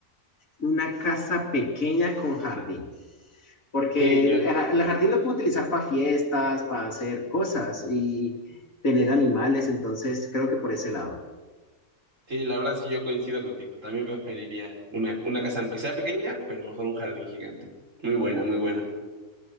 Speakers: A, on the left; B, on the right.
A: una casa pequeña con jardín. porque
B: Sí, yo,
A: el, ja, el jardín lo puedo utilizar para fiestas, para hacer cosas y tener animales, entonces creo que por ese lado.
B: sí, la verdad es que yo coincido contigo. También preferiría una, una casa, aunque sea pequeña, pero mejor un jardín gigante. Muy buena, muy buena.